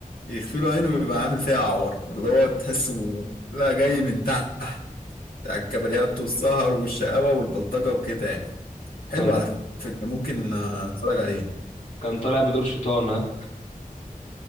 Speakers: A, on the left; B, on the left.
A: يخفي له عين ويبقى عامل فيها عور اللي هو تحسه لا جاي من تحت على الكباريات والسهر والشقاوه والبلطجه وكده يعني حلو
B: كان
A: على فكرة ممكن آه، نتفرج عليه
B: كان طالع بدور شيطان ها